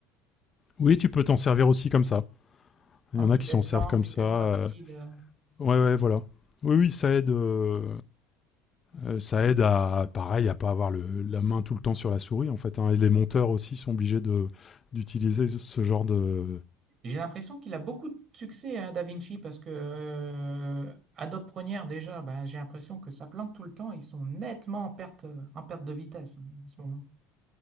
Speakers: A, on the left; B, on the right.
A: Oui, tu peux t'en servir aussi comme ça.
B: en
A: Il y en
B: vitesse
A: a qui s'en servent
B: lente,
A: comme
B: vitesse
A: ça. euh.
B: rapide. euh.
A: Ouais, ouais, voilà. Oui, oui, ça aide. euh, Euh, ça aide à, pareil, à pas avoir le, la main tout le temps sur la souris, en fait. hein. Et les monteurs aussi sont obligés de d'utiliser ce genre de.
B: J'ai l'impression qu'il a beaucoup de succès à DaVinci parce que euh, Adobe Premiere, déjà, ben j'ai l'impression que ça plante tout le temps. Ils sont nettement en perte, en perte de vitesse hein, en ce moment.